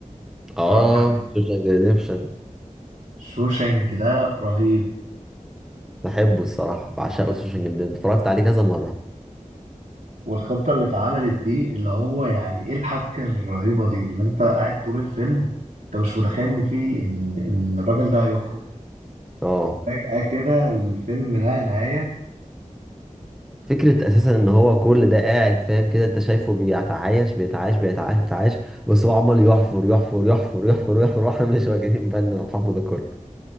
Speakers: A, in the centre; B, on the right.
A: اه
B: اتفرجت عليه
A: سوشن ريديمشن
B: شوشانك ده رهيب
A: بحبه الصراحه بعشقه سوشن ريديمشن اتفرجت عليه كذا مره
B: والخطة اللي اتعملت دي اللي هو يعني ايه الحبكة الرهيبة دي اللي انت قاعد طول الفيلم انت مش متخيل ان في ان ان الراجل ده هيخرج
A: اه
B: فجأة كده الفيلم نهى نهاية
A: فكره اساسا ان هو كل ده قاعد فاهم كده انت شايفه بيتعايش بيتعايش بيتعايش بيتعايش بس هو عمال يحفر يحفر يحفر يحفر يحفر <laughs> واحنا مش واخدين بالنا من الحفر ده كله